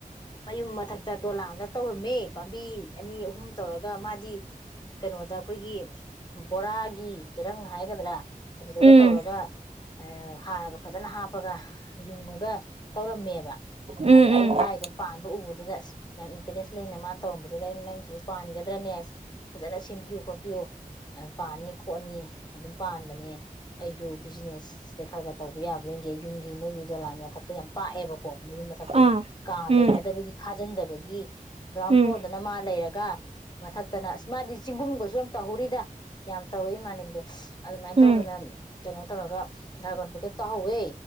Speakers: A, on the left; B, on the right.
A: ꯃꯌꯨꯝ ꯃꯊꯛꯇ ꯗꯣꯂꯥꯟꯗ ꯇꯧꯔꯝꯃꯤ ꯄꯥꯝꯕꯤ ꯑꯅꯤ ꯑꯍꯨꯝ ꯇꯧꯔꯒ ꯃꯥꯗꯤ ꯀꯩꯅꯣꯗ ꯑꯩꯈꯣꯏꯒꯤ ꯕꯣꯔꯥꯒꯤ ꯆꯤꯔꯪ ꯍꯥꯏꯒꯗ꯭ꯔꯥ ꯑꯗꯨꯗꯨꯒ
B: ꯎꯝ ꯎꯝ
A: ꯇꯧꯔꯒ ꯍꯥꯔꯒ ꯐꯖꯅ ꯍꯥꯞꯄꯒ ꯌꯨꯡꯉꯒ ꯇꯧꯔꯝꯃꯦꯕ ꯑꯗ
B: ꯎꯝ
A: ꯑꯩꯅ
B: ꯎꯝ
A: ꯃꯥꯏꯗꯣ ꯄꯥꯟꯕ ꯎꯕꯗꯨꯗ ꯑꯁ ꯌꯥꯝꯅ ꯏꯟꯇꯔꯦꯁ ꯂꯩꯅ ꯃꯥ ꯇꯧꯔꯝꯕꯗꯨꯗ ꯑꯩꯅ ꯅꯪꯁꯨꯕꯨꯥꯟꯒ ꯟ ꯗ꯭ꯔꯅꯦꯁ ꯐꯖꯅ ꯁꯦꯝꯕꯤꯌꯨ ꯈꯣꯠꯄꯤꯌꯨ ꯄꯥꯅꯤ ꯈꯣꯠꯅꯤ ꯑꯗꯨꯝ ꯄꯥꯟꯕꯅꯦ ꯑꯩꯁꯨ ꯕꯤꯖꯤꯅꯦꯁ ꯁꯤꯗ ꯈꯔ ꯈꯔ ꯇꯧꯕ ꯌꯥꯕꯒꯤ ꯌꯨꯝꯒꯤ ꯃꯣꯏꯗꯤ ꯗꯣꯂꯥꯟ ꯃꯊꯛꯇꯣ ꯌꯥꯝ ꯄꯥꯛꯑꯦꯕꯀꯣ ꯀꯣ ꯃꯌꯨꯝ ꯃꯊꯛꯇꯣ
B: ꯑꯥ
A: ꯀꯥ
B: ꯎꯝ
A: ꯂꯩꯅꯗꯕꯒꯤ ꯈꯥꯖꯤꯟꯗꯕ ꯑꯃꯒꯤꯒꯤ ꯒ꯭ꯔꯥꯎꯟ
B: ꯎꯝ
A: ꯐ꯭ꯂꯣꯔꯗꯅ ꯃꯥ ꯂꯩꯔꯒ ꯃꯊꯛꯇꯅꯃꯥꯗꯤ ꯆꯤꯡꯒꯨꯝꯒꯁꯨ ꯌꯥꯝ ꯇꯧꯍꯧꯔꯤꯗ ꯌꯥꯝ ꯇꯧꯋꯦ ꯏꯃꯥꯟꯅꯕꯤꯗꯣ ꯑꯗꯨꯃꯥꯏꯅ
B: ꯎꯝ
A: ꯇꯧꯗꯅ ꯀꯩꯅꯣ ꯇꯧꯔꯒ ꯗ꯭ꯔꯥꯒꯣꯟ ꯐ꯭ꯔꯨꯠꯇꯣ ꯇꯥꯍꯧꯋꯦ